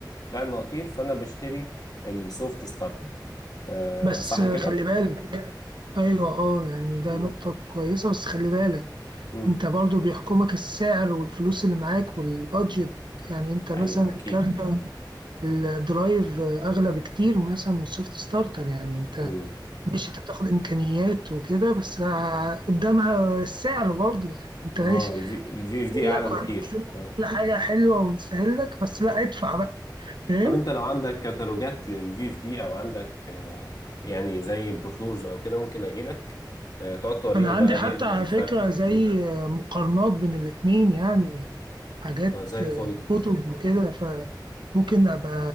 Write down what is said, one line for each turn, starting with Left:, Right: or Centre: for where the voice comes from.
Left: بتاع المواتير فانا بشتري السوفت ستارتر آه
Right: بس
Left: صح
Right: آه،
Left: كده
Right: خلي بالك ايوه اه يعني ده
Left: مم.
Right: نقطة كويسة بس خلي بالك
Left: مم.
Right: انت برضو بيحكمك السعر والفلوس اللي معاك والبادجت يعني انت مثلا
Left: ايوه اكيد
Right: الكارت الدرايف اغلى بكتير مثلا من السوفت ستارتر يعني انت
Left: مم.
Right: ماشي انت بتاخد امكانيات وكده بس ع- قدامها السعر برضو يعني انت ماشي
Left: اه الفي الفي اف دي
Right: يقول
Left: اعلى
Right: لك
Left: بكتير
Right: وهنقفل لك
Left: اه
Right: كل حاجه حلوه ونسهل لك بس لا ادفع بقى فاهم
Left: طب انت لو عندك كتالوجات للفي اف دي او عندك آه يعني زي بروشورز او كده ممكن اجي لك آه تقعد توريني
Right: انا عندي
Left: بقى ايه
Right: حتى
Left: ال-
Right: على
Left: الفرق
Right: فكره زي
Left: مم.
Right: مقارنات بين الاتنين يعني حاجات
Left: ده زي
Right: آه،
Left: الفل
Right: كتب وكده فممكن أبقى